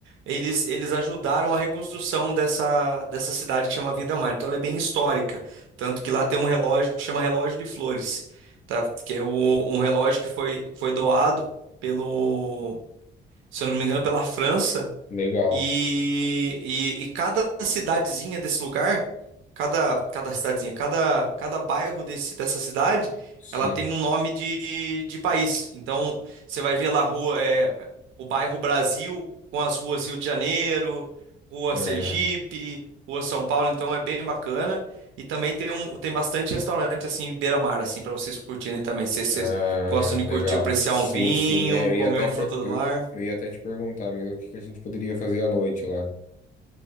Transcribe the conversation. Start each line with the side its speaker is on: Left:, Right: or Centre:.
Right: eles, eles ajudaram a reconstrução dessa, dessa cidade que chama Vindelmar. Então ela é bem histórica, tanto que lá tem um relógio que chama Relógio de Flores, tá? Que é o- um relógio que foi, foi doado pelo, se eu não me engano, pela França
Left: legal.
Right: e, e, e cada cidadezinha desse lugar, cada, cada cidadezinha, cada, cada bairro desse, dessa cidade,
Left: Sim.
Right: ela tem um nome de, de país. Então, você vai ver lá a rua, é, o bairro Brasil, com as ruas Rio de Janeiro, Rua
Left: Ah,
Right: Sergipe, Rua São Paulo, então é bem bacana. E também tem, um, tem bastante restaurante assim, beira-mar, assim, para vocês curtirem também. Se vocês
Left: ah,
Right: gostam de
Left: legal.
Right: curtir, apreciar
Left: Sim,
Right: um vinho,
Left: sim. É, eu
Right: comer
Left: ia até,
Right: um
Left: per-
Right: fruto do
Left: eu,
Right: mar.
Left: eu ia até te perguntar mesmo o que que a gente poderia fazer à noite lá.